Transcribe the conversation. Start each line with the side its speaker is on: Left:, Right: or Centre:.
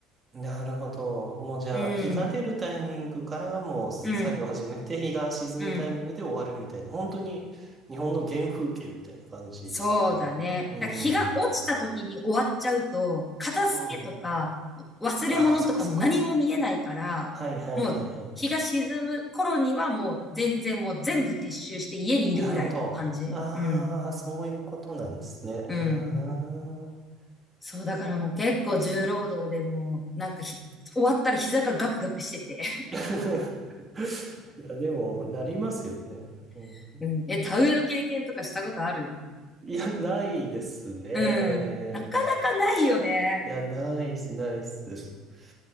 Right: ん。なるほど。もうじゃあ、
Left: うん、
Right: 日が出るタイミングからもう作業始めて、
Left: うん、
Right: 日が沈むタイミングで終わるみたいな、
Left: うん。
Right: 本当に日本の原風景みたいな感じですね。
Left: そうだね。
Right: うん。
Left: なんか日が落ちた時に終わっちゃうと、
Right: う
Left: 片付けとか忘れ物とかも何も見えないから、
Right: ん。ああ、そっかそっか。はい、はい、
Left: もう日が沈む頃にはもう全然もう全部撤収して家にいるぐらいな感じ。
Right: はい、はい。なるほど。ああ、
Left: うん。
Right: そういうことなんですね。
Left: うん。
Right: ああ
Left: そうだからもう結構重労働でもうなんかひ終わったら膝がガクガクしてて。
Right: <laughs> いや、でも、なりますよね。うん、
Left: <laughs> うん。え、田植えの経験とかしたことある
Right: いや、ないですね。
Left: うん。なかなかないよね。
Right: いや、ないっす、ないっす。い